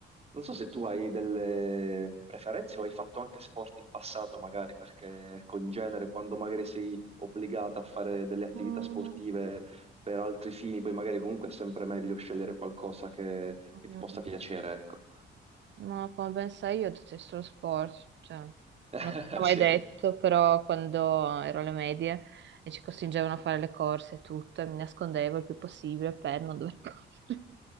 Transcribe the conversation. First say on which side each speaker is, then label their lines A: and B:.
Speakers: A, on the right; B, on the right.
A: Non so se tu hai delle preferenze o hai fatto anche sport in passato, magari, perché, ecco, in genere, quando magari sei obbligata a fare delle attività
B: Mm,
A: sportive per altri fini, poi magari comunque è sempre meglio scegliere qualcosa che,
B: Mm.
A: che ti possa piacere, ecco.
B: Ma come ben sai io detesto lo sport, cioè,
A: <laughs>
B: non ti ho mai
A: Sì.
B: detto, però quando ero alle medie e ci costringevano a fare le corse e tutto, e mi nascondevo il più possibile per non dover correre. <laughs>